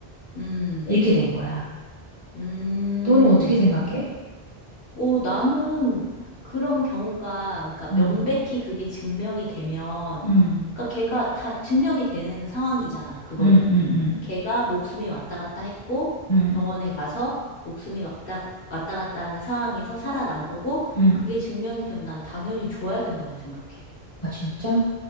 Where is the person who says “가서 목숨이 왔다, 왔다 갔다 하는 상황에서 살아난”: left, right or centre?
Left